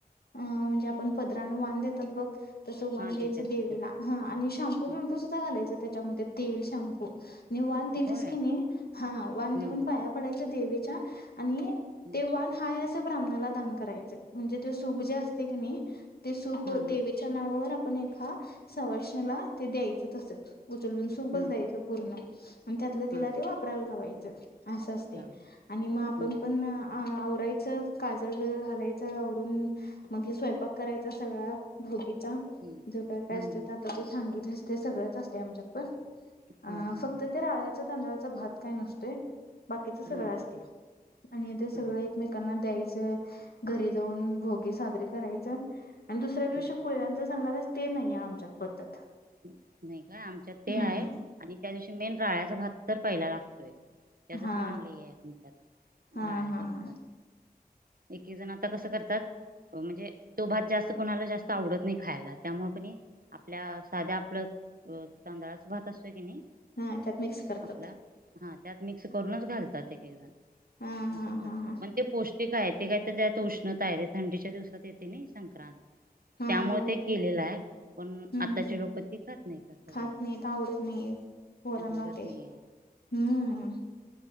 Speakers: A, on the left; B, on the right.
A: अ म्हणजे आपण पदरान वान देतात बघ. तस वान
B: हा देत्यात
A: द्यायचं देवीला
B: की त्यात
A: हा आणि शॅम्पू बिम्पू
B: हा
A: सुद्धा घालायचं त्याच्यामध्ये तेल शॅम्प. वान दिलीस
B: होय
A: कणी हा वान
B: हम्म
A: देऊन
B: हम्म
A: पाया पडायच देवीच्या. आणि
B: हम्म
A: ते वाण हाय असं ब्राह्मणाला दान करायचं म्हणजे ते सुप जे असते कणी ते सूप
B: हा
A: देवीच्या
B: हा
A: नावावर आपण एखा सवासणीला द्यायचं तसंच. उचलून सूपच
B: हा
A: द्यायचं
B: हा
A: पूर्ण आणि त्यातलं तिला
B: हा
A: ते
B: हा
A: वापरायला लावायचं. अस असते
B: लाव
A: आणि मग आपण
B: हम्म
A: पण
B: हम्म
A: आव रायचं काजळ बिग घालायचं आवरून मग स्वयंपाक करायचा सगळ भुगीत चा
B: हम्म
A: प्लास्ट
B: हम्म हम्म
A: आता तू सांगितलीस ते सगळंच असतं आमच्यात पण. अ
B: होय हा
A: फक्त
B: हा
A: ते राळ्याच्या तांदळाचा भात काय नसतोय. बाकीच सगळं
B: हा
A: असतय
B: हा
A: आणि ते सगळं
B: हा
A: एकमेकांना द्याय चं, घरी जाऊन भोगे साजरे करायच आणि दुसऱ्या दिवशी
B: हा हा
A: कुळ्याच्या संगाला ते नाय आहे आमच्यात पद्धत.
B: नाही काय आमच्यात ते
A: हम्म
B: आहे. आणि त्या दिवशी मेन राळ्याचा भात तर पहीला लागतोय. त्याचच
A: हा
B: मान लयी आहे आमच्यात
A: हा
B: राळ्याच्या
A: हा
B: भातात.
A: हा
B: एकी जण आता कसं करतात? म्हणजे तो भात जास्त कोणाला जास्त आवडत नाही खायला त्यामुळे कणी आपल्या साध्या आपलं तांदळाच भात असतोय की नाही,
A: हा त्यात मिक्स करतात.
B: आपला हा त्यात मिक्स करूनच घालतात एककेजन
A: हा हा
B: अस
A: हा हा
B: पण ते पो स्टिक हाय ते काय ते काय त्यात उष्णता आहे ते थंडीच्या दिवसात येते नाही संक्रांत.
A: हा
B: त्यामुळे
A: होय
B: ते केलेलं
A: की
B: आहे पण
A: हम्म
B: आत-. त्याची रोप तिकच नाहीस झालं,
A: खात नाहीत आवडत नाही पोरांना
B: उडत
A: ते
B: नाहीय.
A: हम्म